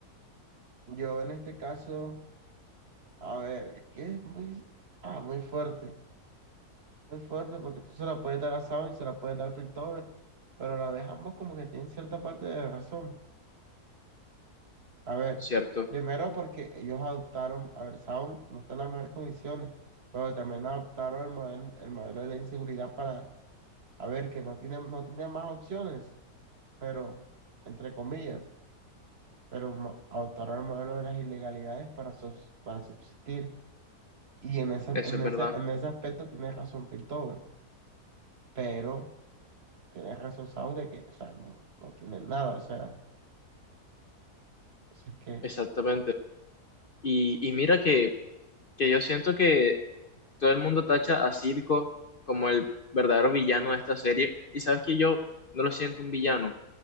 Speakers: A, on the right (about 45°); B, on the left (about 45°).
A: yo en este caso, a ver, es que es muy, ah, muy fuerte, muy fuerte, porque tú se la puedes dar a Saben, se la puedes dar a Piltover, pero a la vez ambos como que tienen cierta parte de razón. A ver,
B: ¿no es cierto.
A: primero porque ellos adoptaron, a ver, Saben no está en las mejores condiciones, pero también adoptaron el modelo, el modelo de la inseguridad para, a ver, que no tiene, no tenía más opciones, pero entre comillas. pero mo- adoptaron el modelo de las ilegalidades para, subs- para subsistir. Y en esa-
B: Eso
A: en
B: es
A: ese,
B: verdad.
A: en ese aspecto tienes razón Piltover, pero tienes razón Sau de que, o sea, no, no tienen nada, o sea, entonces que,
B: Exactamente. Y, y mira que que yo siento que todo el mundo tacha a Silco como el verdadero villano de esta serie, y sabes que yo no lo siento un villano.